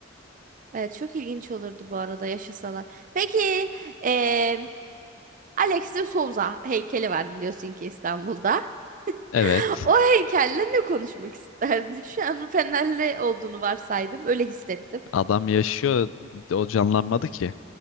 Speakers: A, on the right; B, on the left.
A: Evet, çok ilginç olurdu bu arada yaşasalar. Peki, em, Alex de Souza heykeli vardı biliyorsun ki İstanbul'da.
B: Evet.
A: <laughs> O heykelle ne konuşmak isterdin? Şu an Fenerli olduğunu varsaydım. Öyle hissettim.
B: Adam yaşıyor. O canlanmadı ki.